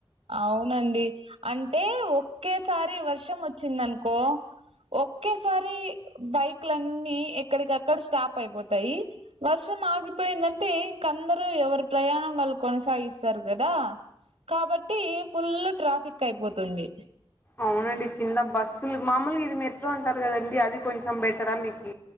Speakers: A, on the right (about 80°); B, on the left (about 20°).
A: అవునండి అంటే ఒకేసారి వర్షం వచ్చిందినుకో ఒక్కేసారి బైక్లన్ని ఎక్కడికి అక్కడ స్టాప్ అయిపోతాయి వర్షం ఆగిపోయిందంటే ఇంక అందరుూ ఎవరి ప్రయాణం వాళ్ళు కొనసాగి స్తారు కదా కాబట్టి ఫుల్ ట్రాఫిక్ అయిపోతుంది
B: అవునండి కింద బస్సులు మామూలుగా ఇది మెట్రో అంటారు కదండి అది కొంచెం బెటరా మీకు